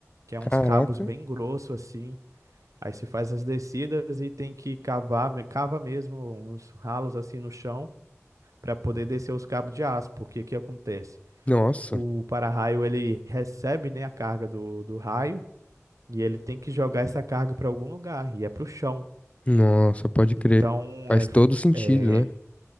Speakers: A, on the right; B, on the left.
A: que é
B: Caraca.
A: uns cabos bem grossos assim. Aí se faz as descidas e tem que cavar, me- cava mesmo uns ralos assim no chão para poder descer os cabos de aço, porque o que acontece?
B: Nossa.
A: O para-raio ele recebe, né, a carga do, do raio e ele tem que jogar essa carga para algum lugar e é para o chão.
B: Nossa, pode crer.
A: Então,
B: Faz
A: é, f-
B: todo sentido,
A: é
B: né?